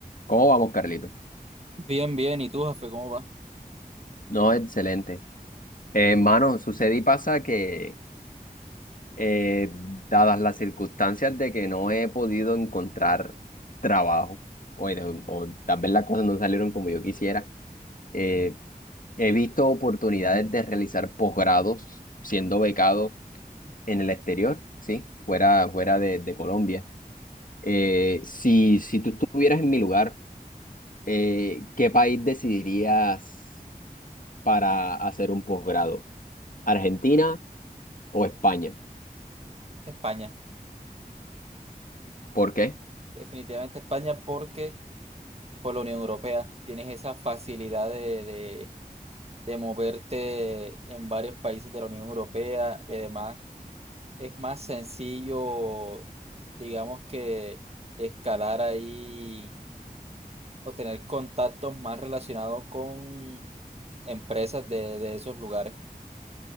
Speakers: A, on the left; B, on the right.
A: ¿Cómo vamos, Carlito?
B: Bien, bien. ¿Y tú, jefe, cómo va?
A: No, excelente. Eh, Hermano, sucede y pasa que, eh, dadas las circunstancias de que no he podido encontrar trabajo, o, en- o tal vez las cosas no salieron como yo quisiera, eh, he visto oportunidades de realizar posgrados siendo becado en el exterior, ¿sí? Fuera, fuera de, de Colombia. Eh, si, si tú estuvieras en mi lugar, eh, ¿qué país decidirías? para hacer un posgrado? ¿Argentina o España?
B: España.
A: ¿Por qué?
B: Definitivamente España porque con la Unión Europea tienes esa facilidad de, de, de moverte en varios países de la Unión Europea y además es más sencillo, digamos que escalar ahí o tener contactos más relacionados con empresas de, de esos lugares.